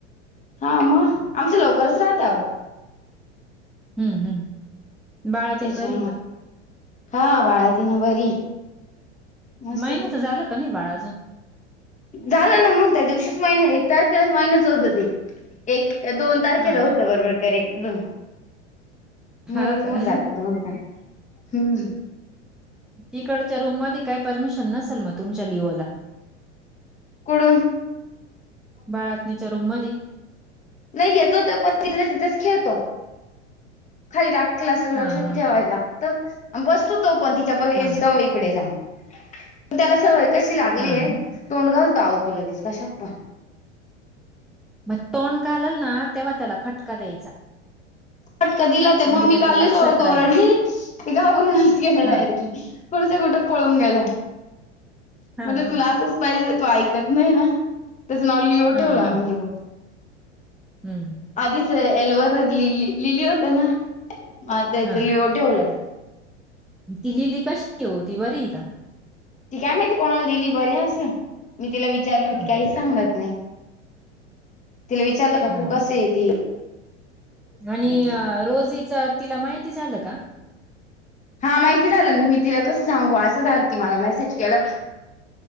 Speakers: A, on the left; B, in the centre.
A: हा मग, आमचं लवकरच राहत अहो.
B: हम्म हम्म. बाळातीन
A: त्याच्या
B: बरी आहे का
A: हा.. बाळतिन बरी. मस्त
B: महिन्याच झालं का नाही बाळं अजून?
A: झालं ना मग त्या दिवशीच महिने एक तारखेला मायनस होत ते. एक दोन तारखेला
B: हा ना
A: होत बरोबर करेक्ट. मग
B: हा
A: बर
B: का
A: होऊन जात <unintelligible> हम्म.
B: तिकडच्या रूममध्ये काय परमिशन नसेल मग तुमच्या लिओला.
A: कुठून?
B: बाळतनीच्या रूममधी.
A: नाही येतो तो, पण तिथल्या तिथच खेळतो. खाली टाक तेला असं
B: हा
A: लक्ष
B: हा
A: ठेवाय लागतं आणि बसतो तो पण तिच्या
B: हा
A: सवय इकडे लांब. त्याला सवय कशी लागली
B: हा
A: आहे,
B: ना
A: तोंड घालतो अहो तो लगेच कशात पण.
B: मग तोंड घालाल ना तेव्हा त्याला फटका द्यायचा.
A: फटका दिला ते
B: म्हणजे
A: मम्मी
B: त्याच्या
A: काल
B: लक्षात
A: लई जोरात
B: राहील
A: ओरडली. ते घाबरूनच गेलं
B: हा
A: डायरेक्टली की, कुठचं कुठं पळून गेला.
B: हा
A: म्हणजे
B: हा
A: तुला असंच पाहिजे, तू ऐकत नाही ना. त्याचं नाव लिओ
B: हा
A: ठेवलं आम्ही
B: हा
A: लिओ.
B: हम्म
A: आधीच एलवर <unintelligible> लिली लिली होते ना मग आता त्याच
B: हा
A: लिओ ठेवलंय.
B: ती लिली कशी आहे ओ ती बरी आहे का?
A: ती काय माहिती कोणाला दिली बरी असंन, मी तिला विचारलं तर
B: हा
A: ती काहीच सांगत नाही. तिला विचारलं का
B: हा
A: तू
B: ना
A: कशी आहे?
B: आणि
A: ती
B: रोजीच तिला माहिती झालं का?
A: हा माहिती झालं ना. मी तिला कसं सांगू असं झालं तीन मला मेसेज केला.